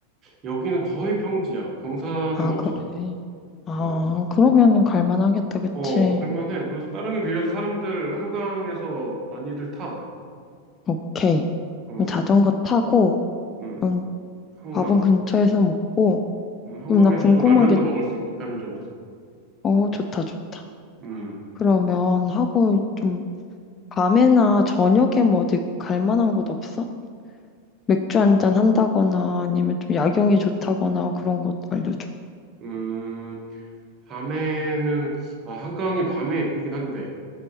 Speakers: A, on the right (about 30°); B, on the left (about 25°).
A: 여기는 거의 평지야. 경사는
B: 아,
A: 없어.
B: 그래. 아,
A: 어,
B: 그러면은 갈만하겠다, 그치?
A: 어, 갈만해. 그래서 따릉이 빌려서 사람들 한강에서 많이들 타.
B: 오케이.
A: 어,
B: 그럼 자전거 타고,
A: 음,
B: 그럼
A: 한강.
B: 밥은 근처에서 먹고,
A: 음, 한강에서
B: 그럼 나 궁금한
A: 또 라면도
B: 게,
A: 먹을 수 있고, 편의점에서.
B: 어, 좋다, 좋다.
A: 음,
B: 그러면 하고 좀 밤에나 저녁에 뭐 어디 갈 만한 곳 없어? 맥주 한잔 한다거나 아니면 좀 야경이 좋다거나 그런 곳 알려줘.
A: 음, 밤에는, 아, 한강이 밤에 예쁘긴 한데,